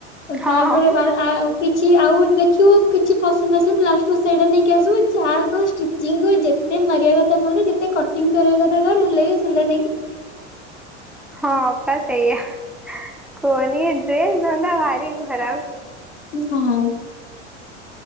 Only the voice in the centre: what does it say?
ହଁ
ହଁ ପା ସେଇଆ। କୁହନି ଏ ଡ୍ରେସ ଧନ୍ଦା ଭାରି ଖରାପ।